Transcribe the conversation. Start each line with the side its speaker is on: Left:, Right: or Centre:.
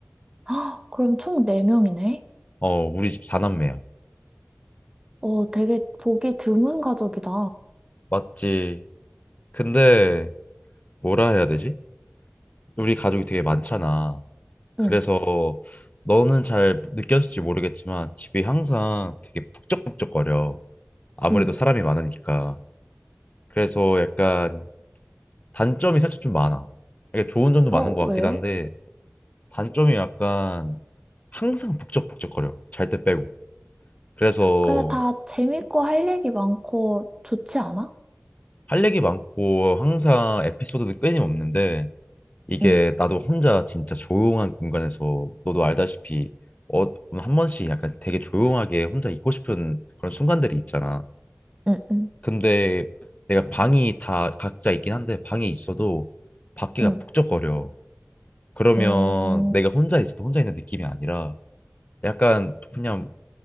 Right: 헉, 그럼 총 네명이네
Left: 어, 우리 집 사남매야.
Right: 어, 되게 보기 드문 가족이다.
Left: 맞지? 근데 뭐라 해야 되지? 우리 가족이 되게 많잖아. 그래서
Right: 응,
Left: 너는 잘 느꼈을지 모르겠지만 집이 항상 되게 북적북적거려. 아무래도
Right: 응.
Left: 사람이 많으니까. 그래서 약간 단점이 살짝 좀 많아. 이게 좋은 점도
Right: 어,
Left: 많은 것
Right: 왜?
Left: 같긴 한데 단점이 약간 항상 북적북적거려. 잘 때 빼고. 그래서
Right: 근데 다 재밌고 할 얘기 많고 좋지 않아?
Left: 할 얘기 많고 항상 에피소드도 끊임없는데 이게
Right: 응,
Left: 나도 혼자 진짜 조용한 공간에서 너도 알다시피 어, 한 번씩 약간 되게 조용하게 혼자 있고 싶은 그런 순간들이 있잖아.
Right: 응, 응,
Left: 근데 내가 방이 다 각자 있긴 한데 방에 있어도 밖에가
Right: 응.
Left: 북적거려. 그러면
Right: 음,
Left: 내가 혼자 있어도 혼자 있는 느낌이 아니라 약간 그냥